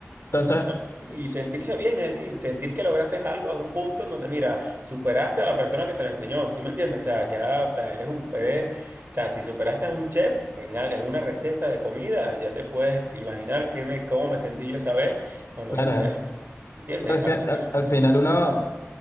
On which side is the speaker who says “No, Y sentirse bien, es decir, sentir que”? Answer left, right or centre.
Right